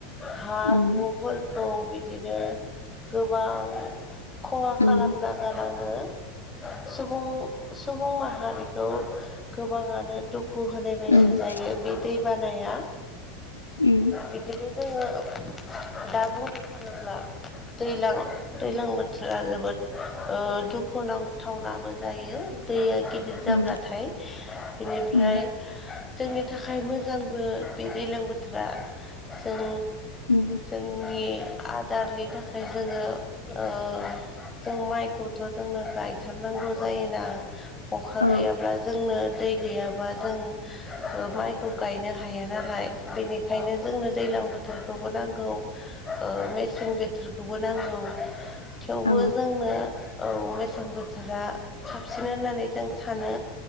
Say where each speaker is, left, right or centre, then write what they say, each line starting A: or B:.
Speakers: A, on the left; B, on the left.
A: हा
B: उम
A: हुफोरखौ बिदिनो गोबां खहा
B: उम
A: खालामना गालां ङो सुबुं सुबुं माहारिखौ गोबाङानो दुखु खु होनाय बायसा
B: उम
A: जायो बे दै बानाया
B: उम
A: बिदिनो जोङो दा बुंनो थाङोब्ला। दैलां दैज्लां बोथोर थोरा जोबोद ओ दुखुनांथावनाबो जायो दैया गिदिर जाब्लाथाय
B: उम
A: बेनिफ्राय
B: उम
A: जोंनि थाखाय मोजांबो बे दैज्लां बोथोरा जों
B: उम
A: जोंनि आदारनि थाखाय जोङो ओ जों माइखौथ' जोंनो गायथारनांगौ जायोना अखा
B: औ
A: गैयाब्ला जोंनो दै गैयाबा जों माइखौ गायनो हाया नालाय बेनिखायनो जोंनो दैज्लां बोथोरखौबो नांगौ ओ मेसें बोथोरखौबो नांगौ। थेवबो
B: औ
A: जोंनो औ मेसें बोथोरा साबसिन होननानै जों सानो